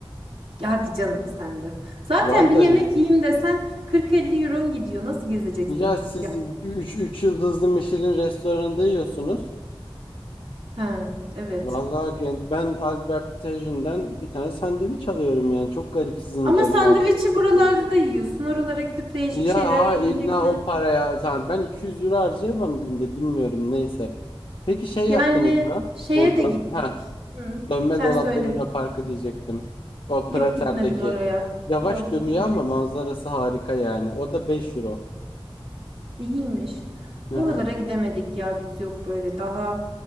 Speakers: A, on the right (about 85°); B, on the left (about 65°).
A: Ya hadi canım sen de. Zaten
B: Vallahi.
A: bir yemek yiyeyim desen 40-50 euron gidiyor. Nasıl gezeceksin?
B: Ya siz
A: Ya.
B: üç üç yıldızlı Michelin restoranında yiyorsunuz.
A: Ha evet.
B: Vallahi gen- ben Albert Tajin'den bir tane sandviç alıyorum yani. Çok garip sizin
A: Ama
B: gezme
A: sandviçi buralarda da yiyorsun. Oralara gidip değişik
B: Ya
A: şeyler
B: ha,
A: yemeyeceksen.
B: illa o paraya tamam ben 200 euro harcayamam günde bilmiyorum neyse. Peki şey
A: Yani
B: yaptınız mı?
A: şeye
B: Bu dö-
A: de gittik.
B: ha
A: Hı,
B: dönme
A: sen
B: dolaplı
A: söyle.
B: Luna Parkı diyecektim. O Prater'deki.
A: Yok gitmedim oraya.
B: Yavaş
A: Yok
B: dönüyor
A: gitmedik.
B: ama manzarası harika yani. O da 5 euro.
A: İyiymiş.
B: Hı
A: Oralara
B: hı.
A: gidemedik ya biz yok böyle daha